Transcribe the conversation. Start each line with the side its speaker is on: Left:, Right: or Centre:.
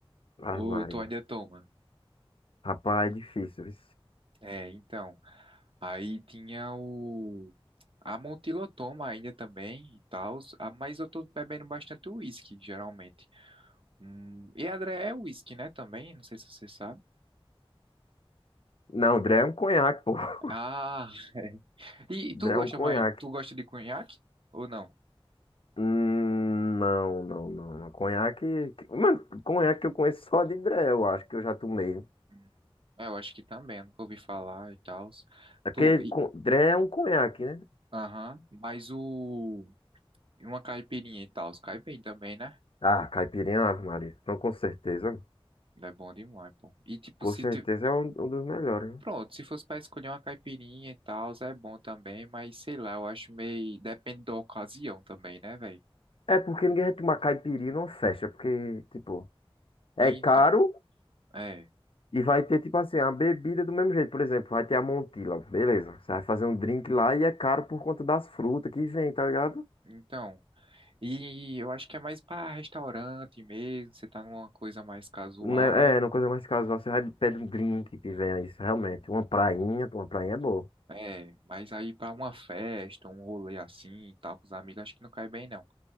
Left: Ah,
Right: Ou
Left: Maria.
Right: tu ainda toma?
Left: Rapaz, é difícil, viu?
Right: É, então, aí tinha o... A Montilotoma ainda também e tal, ah, mas eu tô bebendo bastante uísque, geralmente. Hum, e Adré é uísque, né, também? Não sei se você sabe.
Left: Não, Dré é um conhaque, pô. <laughs>
Right: Ah, <laughs> é. E,
Left: Dré
Right: e tu gosta
Left: é um conhaque.
Right: mais, tu gosta de conhaque ou não?
Left: Hum, não, não, não. Conhaque. Mano, conhaque eu conheço só de Dré, eu acho que eu já tomei.
Right: Hum, é, eu acho que também, nunca ouvi falar e tal.
Left: É porque
Right: Tu, e-
Left: con- Dré é um conhaque, né?
Right: aham, mas o, e uma caipirinha e tal, cai bem também, né?
Left: Ah, caipirinha, Ave Maria. Então, com certeza.
Right: É bom demais, pô. E tipo,
Left: Com
Right: se,
Left: certeza
Right: ti-
Left: é um, um dos melhores. né?
Right: Pronto, se fosse para escolher uma caipirinha e tal, é bom também, mas sei lá, eu acho meio. Depende da ocasião também, né, velho?
Left: É porque ninguém vai tomar caipirinha numa festa, porque, tipo, é
Right: Então,
Left: caro
Right: é.
Left: e vai ter, tipo assim, a bebida do mesmo jeito. Por exemplo, vai ter a Montila, beleza. Você vai fazer um drink lá e é caro por conta das frutas que vem, tá ligado?
Right: Então. E eu acho que é mais para restaurante mesmo, você tá numa coisa mais casual,
Left: Não é,
Right: aí.
Left: é, uma coisa mais casual. Você vai pede um drink que venha isso, realmente. Uma prainha, uma prainha é boa.
Right: É, mas aí para uma festa, um rolê assim e tal, com os amigos, acho que não cai bem, não.